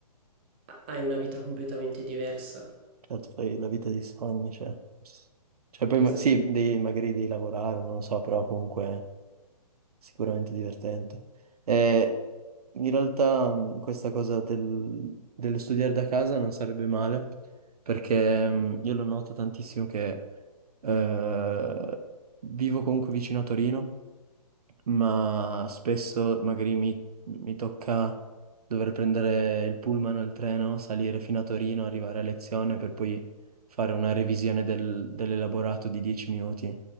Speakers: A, on the right; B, on the right.
A: ha- hai una vita completamente diversa.
B: certo fai la vita dei sogni, cioè... Cioè poi
A: Esatto.
B: ma- sì, devi, magari devi lavorare, non lo so, però comunque Sicuramente divertente. Eh, in realtà mh, questa cosa del- dello studiare da casa non sarebbe male, perché mh, io lo noto tantissimo che eh, vivo comunque vicino a Torino, ma spesso magari mi, mi tocca dover prendere il pullman o il treno, salire fino a Torino, arrivare a lezione per poi fare una revisione del- dell'elaborato di 10 minuti